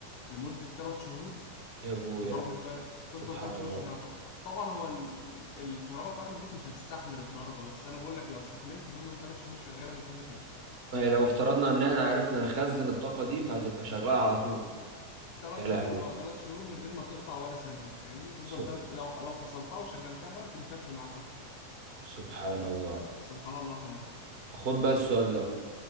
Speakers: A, on the left; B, on the right.
A: لمدة 3 شهور
B: يا ابويا
A: بضربة برق تفضل
B: سبحان
A: 3
B: الله
A: شهور شغالة طب طبعا هو ال... الكهرباء بتاعت البيت مش هتستحمل الضربة بس انا بقول لك لو استحملت هتفضل 3 شهور شغالة من غير ما تقفل
B: آه، لو افترضنا ان احنا عرفنا نخزن الطاقه دي فهتبقى شغاله على طول
A: ثلاث
B: يا لهوي
A: شهور اه ثلاث شهور من غير ما تقطع ولا ثانية فاهمني تفضل
B: سب...
A: تلت... لو لو فصلتها وشغلتها بقى تمتد معاك أكتر
B: سبحان الله
A: سبحان الله فعلا
B: خد بقى السؤال ده